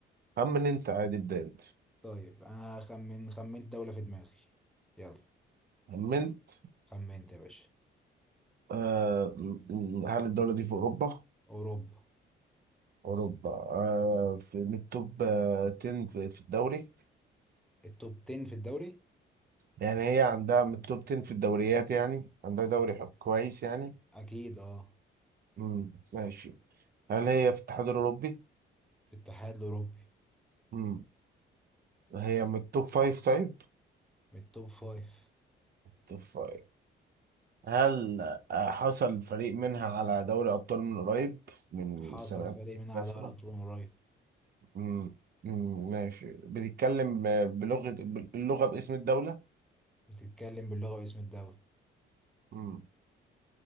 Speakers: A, on the right; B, in the centre.
A: خمن أنت عادي ابدأ أنت
B: طيب أنا خمن خمنت دولة في دماغي يلا
A: خمنت
B: خمنت يا باشا
A: آه م- م- هل الدولة دي في أوروبا؟
B: أوروبا
A: أوروبا آه في من التوب آه 10 في في الدوري
B: التوب 10 في الدوري
A: يعني هي عندها من التوب 10 في الدوريات يعني عندها دوري حب كويس يعني
B: أكيد اه
A: مم. ماشي هل هي في الاتحاد الأوروبي؟
B: في الاتحاد الأوروبي
A: مم. هي من التوب 5 طيب؟
B: من التوب 5
A: توب 5 هل حصل فريق منها على دوري أبطال من قريب من
B: حصل
A: سنتين
B: فريق منها
A: مثلا؟
B: على دوري أبطال من قريب
A: مم. مم. ماشي بتتكلم ب- بلغة باللغة باسم الدولة؟
B: بتتكلم باللغة واسم الدولة
A: مم.